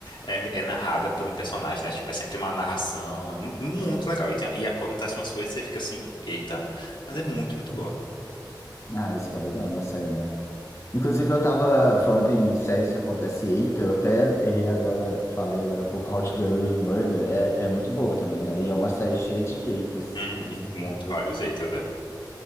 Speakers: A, on the left; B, on the left.
A: É, é narrada por um personagem, né? Tipo, é sempre uma narração. É mu- muito legal. E, tem, e acontece umas coisas e você fica assim, eita, mas é muito, muito boa.
B: Ah, isso que é legal, uma série, né? Inclusive, eu tava falando em séries que acontece, eita, eu até errei agora, falei agora há pouco, How to Get Away with Murder, é, é muito boa também, né? E é uma série cheia de eitas,
A: Uhum,
B: que você fica,
A: muito,
B: meu
A: vários eitas, é.